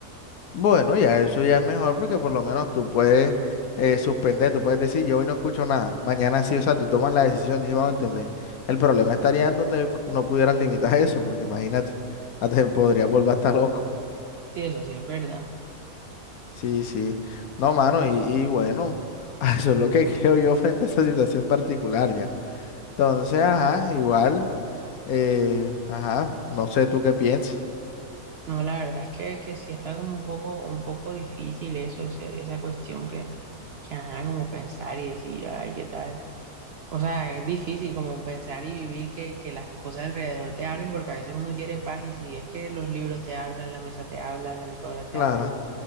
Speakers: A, on the left; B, on the right.
A: Bueno, ya eso ya es mejor porque por lo menos tú puedes eh, suspender, tú puedes decir, yo hoy no escucho nada, mañana sí, o sea, tú tomas la decisión, dices, vamos a entender. El problema estaría en donde no pudieras limitar eso, porque imagínate, <laughs> hasta te podrías volver hasta loco.
B: Sí, eso sí es verdad.
A: Sí, sí. No, mano, y, y bueno, <laughs> eso es lo que <laughs> creo yo frente a esa situación particular ya. Entonces, ajá, igual, eh, ajá, no sé tú qué piensas.
B: No, la verdad es que, que sí está como un poco, un poco difícil eso, ese- esa cuestión que, que ajá, como pensar y decir, ay, ¿qué tal? O sea, es difícil como pensar y vivir que, que las cosas alrededor te hablen, porque a veces uno quiere paz y si es que los libros te hablan, la mesa te habla, la licuadora te
A: Claro.
B: habla,